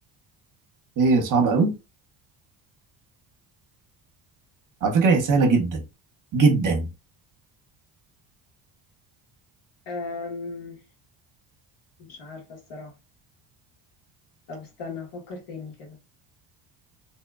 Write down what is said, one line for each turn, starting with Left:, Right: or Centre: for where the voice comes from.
Right: إيه صعب قوي على فكرة هي سهلة
Left: طب
Right: جدا جدا
Left: أم... مش عارفة الصراحة طب استنى أفكر تاني كده